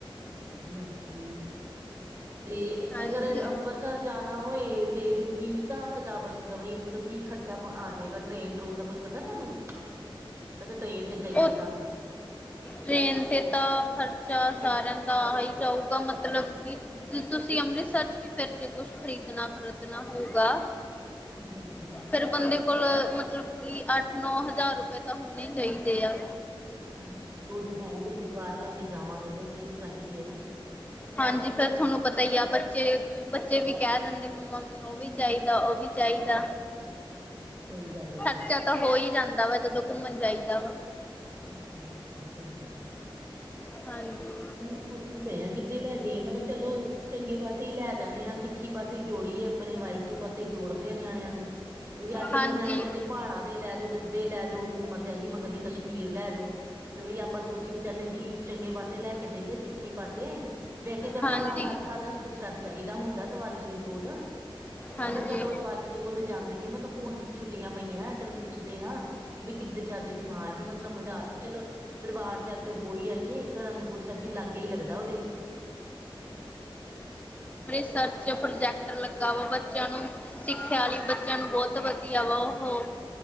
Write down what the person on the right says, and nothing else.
ਹਾਂਜੀ ਹਾਂਜੀ ਤੇ
ਅਗਰ ਅੰਬਰਿਸਰ ਜਾਣਾ ਹੋਏ ਤੇ ਫਿਰ ਕੀ ਹਿਸਾਬ ਕਿਤਾਬ ਬਣੂਗਾ ਬਈ ਮਤਲਬ ਕੀ ਖਰਚਾ ਆ ਜਾਵੇਗਾ ਟ੍ਰੇਨ ਟਰੂਨ ਦਾ ਕੁੱਛ ਪਤਾ ਤੁਹਾਨੂੰ ਕ ਟ੍ਰੇਨ ਤੇ ਜਾਈਏ
ਤਾਂ
ਹਾਂਜੀ ਹਾਂਜੀ
ਹਾਂਜੀ ਉਹ ਤੇ ਹੈ ਈ ਐ ਪਰਿਵਾਰ ਲੈ ਕੇ ਜਾਵਾਂਗੇ ਤੇ ਇਹਨੇ ਤਾਂ ਚਾਹੀਦੇ ਐ
ਹਾਂਜੀ ਹਾਂਜੀ ਸਹੀ ਗੱਲ ਏ
ਜੀ
ਹਾਂਜੀ ਹਾਂਜੀ ਸਹੀ ਗੱਲ ਆ
ਮ ਸੋਚੀ ਪਏ ਆ ਕਿੱਧੇ ਲੈ ਜਾਈਏ ਮੈਂ ਕਿਹਾ ਚਲੋ ਚੰਗੇ ਪਾਸੇ ਈ ਲੈ ਜਾਂਦੇ ਆਾਂ ਸਿੱਖੀ ਪਾਸੇ ਹੀ ਜੋੜੀਏ ਆਪਣੇਾਹਿਗੁਰੂ ਪਾਸੇ ਹੀ ਜੋੜਦੇ ਆ ਨਿਆਣਿਆਂ ਨੂੰ ਕਿਉਂਕਿ ਅੱਜ ਕੱਲ
ਦੇ ਨਿਆਣੇ ਕਹਿੰਦੇ ਪਹਾੜਾਂ ਦੇ ਲੈ ਜਾਓ ਤ <unintelligible> ਲੈ ਜਾਓ ਘੁੰਮਣ ਦੇ ਅਸੀਂ ਮੰਗਣਦੇ ਕਸ਼ਮੀਰ ਲੈ ਜਾਓ। ਤੇ ਬਈ ਆਪਾਂ ਸੋਚੀਏ ਕਿ ਚੱਲ ਜੀ ਚੰਗੇ ਪਾਸੇ ਲੈ ਕੇ ਜਾਈਏ ਸਿੱਖੀ ਪਾਸੇ ਵੈਸੇ ਤਾਂ ਆਪਾਂ
ਹਰ ਸਾਲ ਹਜ਼ੂਰ ਸਾਹਿਬ ਜਾਈਦਾ ਹੁੰਦਾ ਦੀਵਾਲੀ ਦੇ ਕੋਲ
ਮੈਂ ਕਿਹਾ ਚਲੋ ਦੀਵਾਲੀ ਦੇ ਕੋਲ ਤਾਂ ਜਾਂਦੀ ਆ ਮੈਂ ਕਿਹਾ ਹੁਣ ਛੁੱਟੀਆਂ ਪਈਆਂ ਚਲੋ ਪੁੱਛਦੇ ਆ ਵੀ ਕਿੱਧ ਚ ਚਜ ਦੀ ਥਾਂ ਫਿਰ ਮੈਨੂੰ ਸਮਝ ਆ ਰਹੀ ਚਲੋ ਦਰਬਾਰ ਸਾਹਿਬ ਤੇ ਹੋ ਹੀਈ ਆਈਏ ਇੱਕ ਅਨੰਦਪੁਰ ਛ ਵੀ ਲਾਗੇ ਹੀ ਲੱਗਦਾ ਉਹਦੇ